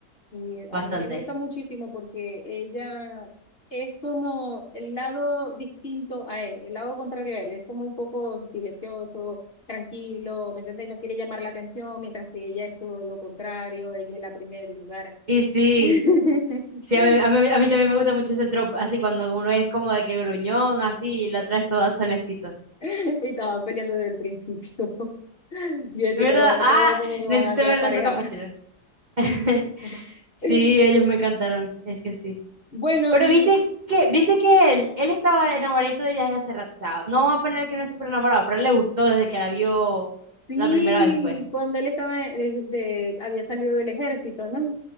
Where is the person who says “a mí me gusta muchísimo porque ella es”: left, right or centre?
Left